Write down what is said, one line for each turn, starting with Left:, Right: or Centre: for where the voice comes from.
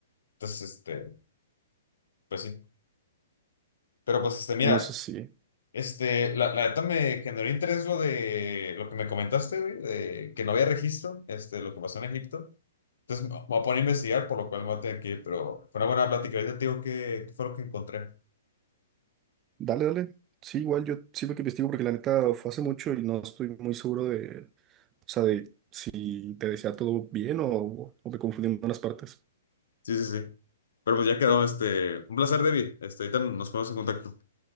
Left: Entonces, este, pues sí. Pero pues, este, mira,
Right: Bueno, eso sí.
Left: este, la, la neta me generó interés lo de, lo que me comentaste, güey, de que no había registro, este, lo que pasó en Egipto. Entonces me me voy a poner a investigar, por lo cual me voy a tener que ir, pero fue una buena plática. Ahorita te digo qué qué fue lo que encontré.
Right: Dale, dale. Sí, igual yo siempre que investigo porque la neta fue hace mucho y no estoy muy seguro de O sea, de si te decía todo bien o, o me confundí en unas partes.
Left: Sí, sí, sí. Pero pues ya quedó, este, un placer, David. Este, ahorita nos ponemos en contacto.